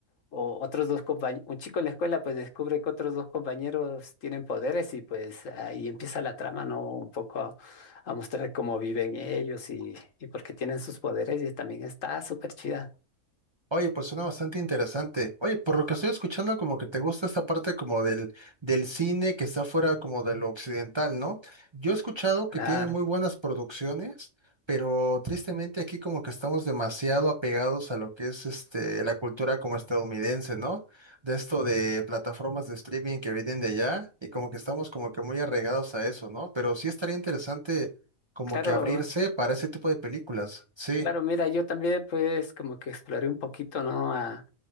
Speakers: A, on the left; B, on the right.
A: o otros dos compañeros, un chico en la escuela, pues, descubre que otros dos compañeros tienen poderes y, pues, ahí empieza la trama, ¿no? Un poco a, a mostrar cómo viven ellos y, y por qué tienen sus poderes y también está súper chida.
B: Oye, pues suena bastante interesante. Oye, por lo que estoy escuchando, como que te gusta esta parte como del, del cine que está fuera como de lo occidental, ¿no? Yo he escuchado
A: Claro,
B: que tienen muy buenas producciones, pero tristemente aquí como que estamos demasiado apegados a lo que es este, la cultura como estadounidense, ¿no? De esto de plataformas de streaming que vienen de allá y como que estamos como que muy arraigados a eso, ¿no? Pero sí estaría interesante como
A: claro,
B: que abrirse para ese tipo de películas, sí.
A: claro, mira, yo también, pues, como que exploré un poquito, ¿no? A-